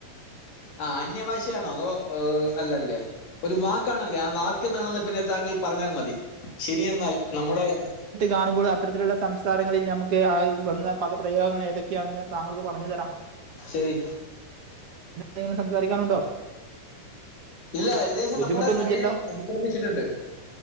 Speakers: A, on the left (about 85°); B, on the right (about 55°).
A: ആഹ് അന്യ ഭാഷയാണൊ അതോ ഏഹ് അല്ലല്ലെ ഒരു വാക്കാണല്ലെ ആഹ് വാക്ക് എന്താണെന്ന് പിന്നെ താങ്കൾ പറഞ്ഞാൽ മതി ശരിയെന്നാൽ നമ്മടെ
B: കാണുമ്പോള് അത്തരത്തിലുള്ള സംസാരങ്ങളിൽ ഞമ്മക്ക് വന്ന പദപ്രയോഗങ്ങളേതൊക്കെയാണെന്ന് ഞാൻ താങ്കൾക്ക് പറഞ്ഞ് തരാം
A: ശയ്
B: <unintelligible> സംസാരിക്കാനുണ്ടൊ?
A: ഇല്ല ഏകദേശം
B: ബുദ്ധിമുട്ടൊന്നും
A: നമ്മുടെ സമയം
B: ഇല്ലല്ലോ
A: അതിക്രമിച്ചിട്ട്ണ്ട്.